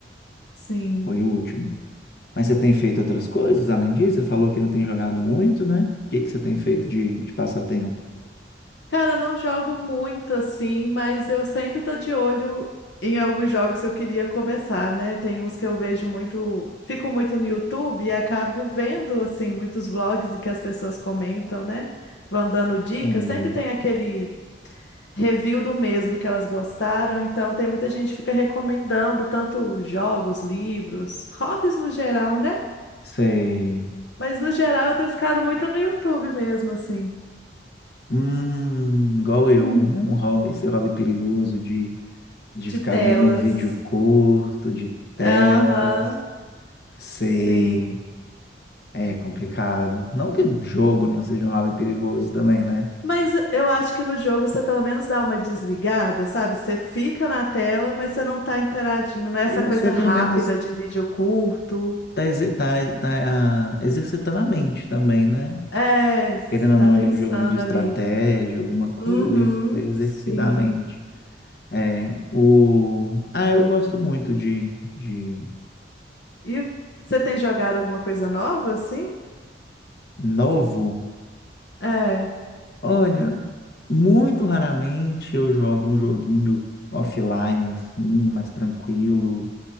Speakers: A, on the left (about 75°); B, on the left (about 60°).
A: Sim.
B: Foi o último. Mas você tem feito outras coisas além disso? Você falou que não tem jogado muito, né? O que que você tem feito de, de passatempo?
A: Cara, não jogo muito assim, mas eu sempre tô de olho em alguns jogos que eu queria começar, né? Tem uns que eu vejo muito, fico muito no YouTube e acabo vendo assim muitos vlogs em que as pessoas comentam, né? Vão dando dicas.
B: Sei.
A: Sempre tem aquele review do mês, o que que elas gostaram. Então tem muita gente que fica recomendando tanto jogos, livros, hobbies no geral, né?
B: Sei.
A: Mas no geral eu tenho ficado muito no YouTube mesmo, assim,
B: Hum, igual eu.
A: <clears throat>
B: É um hobby, esse hobby perigoso de, de
A: de
B: ficar
A: telas.
B: vendo vídeo curto, de telas.
A: Aham.
B: Sei.
A: Sim.
B: É complicado. Não que jogo não seja um hobby perigoso também, né?
A: Mas eu acho que no jogo você pelo menos dá uma desligada, sabe? Você fica na tela, mas você não tá interagindo. Não é essa
B: E você,
A: coisa
B: pelo
A: rápida
B: menos,
A: de vídeo curto.
B: tá, exer- tá, tá ah, exercitando a mente também, né?
A: É, você
B: Querendo ou
A: tá
B: não,
A: pensando
B: ali um joguinho de estratégia,
A: ali.
B: alguma coisa,
A: Uhum,
B: pra exercitar
A: sim.
B: a mente. É, o... Ah, eu gosto muito de, de
A: E você tem jogado alguma coisa nova, assim?
B: novo.
A: É,
B: Olha, muito raramente eu jogo um joguinho offline, assim, mais tranquilo.